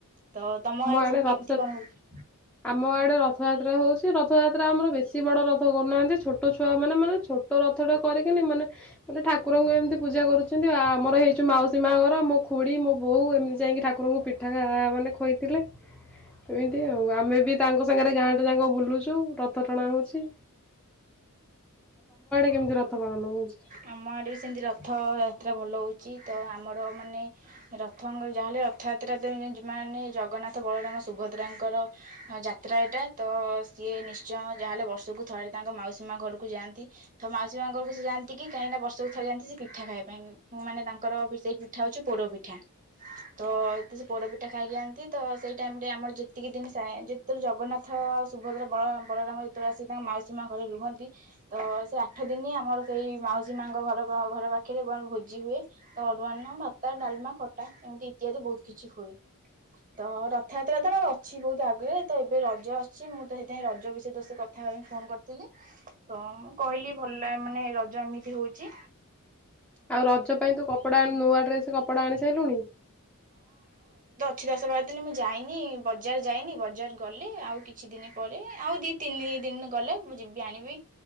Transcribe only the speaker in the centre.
ଆଡେ
ରଥଯାତ୍ରା
ଆମ ଆଡ଼େ ରଥଯାତ୍ରା ହୋଉଚି ରଥଯାତ୍ରା ଆମର ବେଶୀ ବଡ଼ ରଥ କରୁନାହାନ୍ତି ଛୋଟ ଛୁଆମାନେ ମାନେ ଛୋଟ ରଥଟେ କରିକିନି ମାନେ ମାନେ ଠାକୁରଙ୍କୁ ଏମିତି ପୂଜା କରୁଚନ୍ତି ଆମର ହେଇଚୁ ମାଉସୀ ମା ଘର ମୋ ଖୁଡ଼ି ମୋ ବୋଉ ଏମିତି ଯାଇଁକି ଠାକୁରଙ୍କୁ ପିଠା କା ମାନେ ଖୋଇ ଥିଲେ ଏମିତି ଆଉ ଆମେ ବି ତାଙ୍କ ସାଙ୍ଗେର ବାରେ ଗାଁଟା ଯାଁକ ବୁଲୁଚୁ ରଥ ଟଣା ହୋଉଚି। କେମିତି ରଥ ପାଳନ ହଉଛି?
ଆଉ ରଜ ପାଇଁ ତୁ କପଡ଼ା ନୂଆ ଡ୍ରେସ କପଡ଼ା ଆଣି ସାଇଲୁଣି?